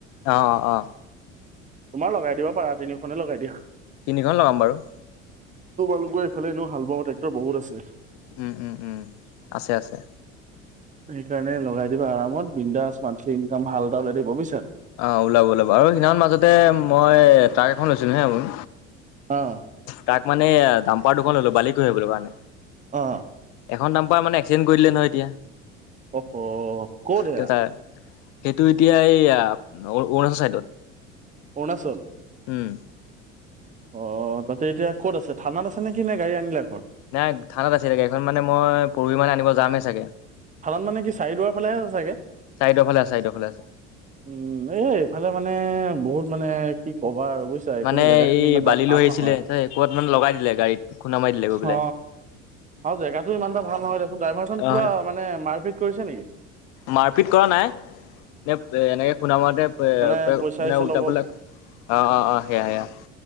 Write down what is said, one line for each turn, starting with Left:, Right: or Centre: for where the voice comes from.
Left: অ অ অ
Right: তোমাৰ লগাই দিবা পাৰা তিনিখনে লগাই দিয়া
Left: তিনিখন লগাম বাৰু
Right: তোমালোকৰ এইফালে এনেও হাল বোৱা ট্ৰেক্টৰ বহুত আছে
Left: উম উম উম আছে আছে
Right: সেইকাৰণে লগাই দিবা আৰামত বিন্দাছ মান্থলি ইনকাম ভাল এটা হৈ থাকিব বুজিছা
Left: অ ওলাব ওলাব আৰু সেইদিান মাজতে মই ট্ৰাক এখন লৈছিলো হে আপোন
Right: আহ
Left: তাক মানে ডাম্পাৰ দুখন ললো বালি কঢ়িয়াবলৈ কাৰণে
Right: অ
Left: এখন ডাম্পাৰ মানে চ কৰি দিলে নহয় এতিয়া
Right: অহ ক'ত এয়া
Left: সেইটো এতিয়া এই অৰুণাচল চাইদত
Right: অৰুণাচল
Left: উম
Right: অ তাতে এতিয়া ক'ত আছে থানাত আছেনে নে কি গাড়ী আনিলা ঘৰত
Left: নাই থানাত আছে গাড়ীখন মানে মই পৰহি মানে আনিব যামহে চাগে
Right: ফালান মানে কি চাৰিদুৱাৰ ফালে আছে চাগে
Left: চাইদৰ ফালে আছে চাইদৰ ফালে আছে
Right: উম এই এইফালে মানে বহুত মানে কি ক'বা আৰু বুজিছা
Left: মানে
Right: কোনো জেগা খিনি
Left: এই
Right: ইমান এটা
Left: বালি
Right: ভাল
Left: লৈ আহিছিলে
Right: নহয়
Left: ক'বাত মানে লগাই দিলে গাড়ীত খুন্দা মাৰি দিলে গৈ পেলাই।
Right: অ আও জেগাটো ইমানটা ভাল নহয় দিয়াচোন ড্ৰাইভাৰজন
Left: আহ
Right: কিবা মানে মাৰপিট কৰিছে নিকি
Left: মাৰপিট কৰা নাই এ এ এনেকে খুনা মাৰোতে পে
Right: মানে
Left: পে
Right: পইচা
Left: মানে
Right: চইচা
Left: উলটা
Right: ল'ব
Left: পুল্টা অঁ অঁ অঁ সেয়া সেয়া